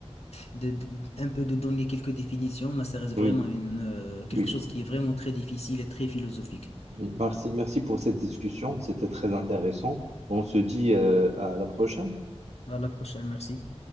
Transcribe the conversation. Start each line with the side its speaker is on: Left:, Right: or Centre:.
Left: de, de- un peu de donner quelques définitions, mais ça reste
Right: Oui,
Left: vraiment une, euh, quelque
Right: oui,
Left: chose qui est vraiment très difficile et très philosophique.
Right: oui. Merci, merci pour cette discussion. C'était très intéressant. On se dit, euh, à la prochaine.
Left: À la prochaine, merci.